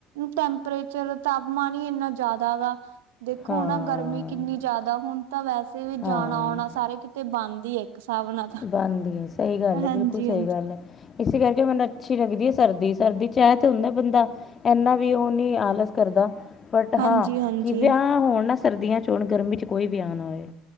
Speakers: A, on the right (about 80°); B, on the left (about 40°).
A: ਟੈਂਪਰੇਚਰ ਤਾਪਮਾਨ ਹੀ ਇੰਨਾ ਜ਼ਿਆਦਾ ਵਾ ਦੇਖੋ
B: ਹਾਂ
A: ਨਾ ਗਰਮੀ ਕਿੰਨੀ ਜ਼ਿਆਦਾ, ਹੁਣ ਤਾਂ ਵੈਸੇ ਵੀ
B: ਹਾਂ
A: ਜਾਣਾ ਆਉਣਾ, ਸਾਰੇ ਕਿਤੇ ਬਣਦ ਹੀ ਹੈ ਇੱਕ ਹਿਸਾਬ ਨਾਲ। ਤਾਂ
B: ਬੰਦ ਹੈ, ਸਹੀ ਗੱਲ ਹੈ,
A: ਹਾਂਜੀ-ਹਾਂਜੀ।
B: ਬਿਲਕੁਲ ਸਹੀ ਗੱਲ ਹੈ। ਇਸੇ ਕਰਕੇ ਮੈਨੂੰ ਅੱਛੀ ਲੱਗਦੀ ਹੈ ਸਰਦੀ, ਸਰਦੀ 'ਚ ਇਹ ਤੇ ਹੁੰਦਾ ਬੰਦਾ ਇਨਾ ਵੀ, ਉਹ ਨੀ ਆਲਸ ਕਰਦਾ ਬਟ
A: ਹਾਂਜੀ
B: ਹਾਂ,
A: ਹਾਂਜੀ
B: ਕਿ ਵਿਆਹ ਹੋਣ ਨਾ ਸਰਦੀਆਂ 'ਚ ਹੋੁਣ, ਗਰਮੀ 'ਚ ਕੋਈ ਵੀ ਆ ਨਾ ਹੋਵੇ।